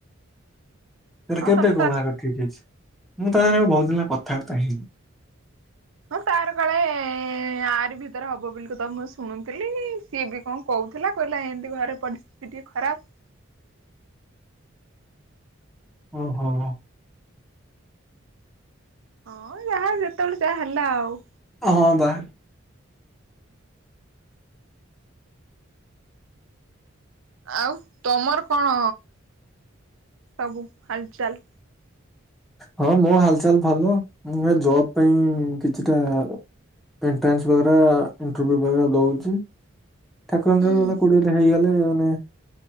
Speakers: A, in the centre; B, on the right.
A: ସେଟା
B: ହଁ
A: କେମିତିଆ
B: ତମେ
A: କଣ
B: ତା
A: ବାହାଘର ଠିକ ହେଇଛି? ମୁଁ ତା ସାଙ୍ଗରେ ବୋହୁତ ଦିନ ହେଲା କଥାବାର୍ତ୍ତା ହେଇନି।
B: ହଁ ତାର କାଳେ ଆରି ଭିତରେ ହବ ବୋଲି କି ତ ମୁଁ ଶୁଣୁଥିଲି। ସିଏ ବି କଣ କହୁଥିଲା କହିଲା ଏମିତି ଘରେ ପରିସ୍ଥିତି ଟିକେ ଖରାପ।
A: ଓହୋ।
B: ହଁ ଯାହା ଯେତେବେଳେ ଯାହା ହେଲା ଆଉ।
A: ହଁ ବା।
B: ଆଉ ତମର କଣ ସବୁ ହାଲ ଚାଲ?
A: ହଁ ମୋ ହାଲଚାଲ ଭଲ। ମୁଁ ଜବ ପାଇଁ କିଛିଟା ଏଣ୍ଟ୍ରାନ୍ସ ବଗରା ଇଣ୍ଟରଭ୍ୟୁ ବା ଦଉଛି। ଠାକୁରଙ୍କର
B: ହୁଁ।
A: ଦୟାରୁ ଗଲା କୋଉଠି ଗୋଟେ ହେଇଗଲେ ମାନେ